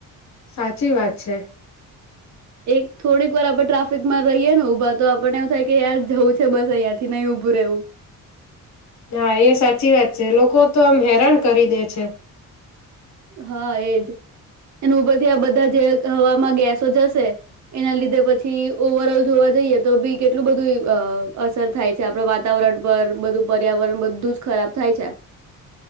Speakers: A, on the left (about 55°); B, on the right (about 55°).
A: સાચી વાત છે.
B: એક થોડીક વાર આપડણે ટ્રાફિકમાં રહીએે ને ઊભા તો આપણને એવું થાય કે યાર જવું છે બસ અહિયાં થી નહી ઉભું રહેવું.
A: હા એ સાચી વાત છે લોકો તો આમ હેરાન કરી દે છે.
B: હા એજ, અને ઉપરથી આ બધા જે હવામાં ગેસો જશે, એના લીધે પછી ઓવરઓલ જોવા જઈએ તો બી કેટલું બધું અસર થાય છે આપડ વાતાવરણ પર બધું પર્યાવરણ બધું જ ખરાબ થાય છે.